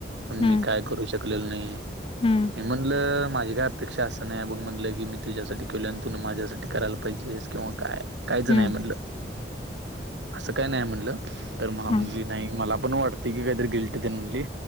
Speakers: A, on the right; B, on the left.
A: पण
B: हम्म
A: मी काय करू शकलेल नाही
B: हम्म
A: मी म्हणलं माझी काय अपेक्षा असं नाही बघ म्हटलं की मी तुझ्यासाठी केलं आणि तु माझ्यासाठी करायला पाहिजेस किंवा काय काहीच नाही
B: हम्म
A: म्हणलं असं काय नाही म्हणलं तर मला म्हटली
B: हम्म
A: नाही मला पण वाटते क कायर गेल््टते म्हणली